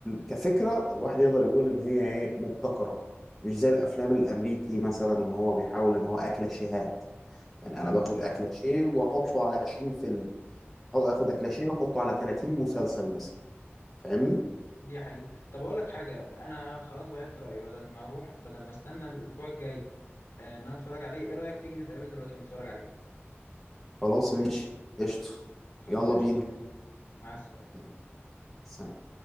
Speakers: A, in the centre; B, on the left (about 80°).
A: كفكرة الواحد يقدر يقول إن هي إيه مبتكرة مش زي الأفلام الأمريكي مثلا إن هو بيحاول إن هو أكلاشيهات يعني
B: اه
A: أنا باخد
B: بالظبط
A: أكلاشيه وأحطه على 20 فيلم أو آخد أكلاشيه وأحطه على 30 مسلسل مثلا فاهمني؟
B: دي حقيقة طب أقول لك حاجة أنا خلاص غيرت رأيي بدل ما أروح بدل ما أستنى الأسبوع الجاي آه، إن أنا أتفرج عليه إيه رأيك تيجي نتقابل دلوقتي ونتفرج عليه
A: خلاص ماشي قشطة
B: خلاص
A: يلا
B: قشطة
A: بينا
B: أنا مستنيك مع السلامة
A: يلا، سلام